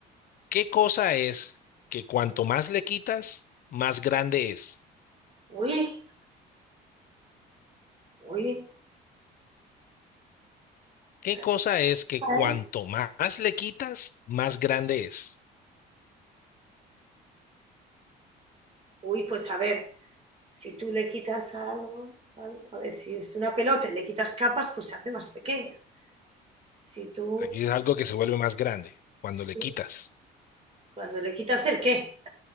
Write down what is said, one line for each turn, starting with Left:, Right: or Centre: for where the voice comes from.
Left: ¿Qué cosa es que cuanto más le quitas, más grande es?
Right: Uy, uy.
Left: ¿Qué
Right: esta
Left: cosa es que cuanto
Right: es.
Left: más le quitas, más grande es?
Right: Uy, pues a ver, si tú le quitas algo, algo, a ver, si es una pelota y le quitas capas, pues se hace más pequeña. Si tú,
Left: Aquí es algo que se vuelve más grande cuando
Right: sí,
Left: le quitas.
Right: cuando le quitas el qué,